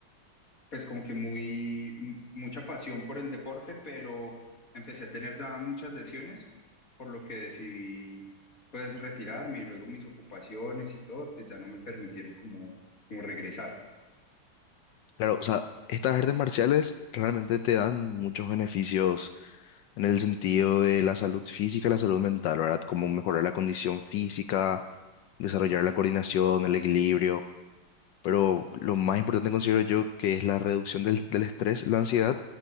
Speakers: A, on the left; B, on the left.
A: pues como que muy, m- mucha pasión por el deporte, pero empecé a tener ya muchas lesiones, por lo que decidí pues retirarme y luego mis ocupaciones y todo, pues ya no me permitieron como, como regresar.
B: Claro, o sea, estas artes marciales realmente te dan muchos beneficios en el sentido de la salud física y la salud mental, ¿verdad? Como mejorar la condición física, desarrollar la coordinación, el equilibrio, pero lo más importante considero yo que es la reducción del, del estrés, la ansiedad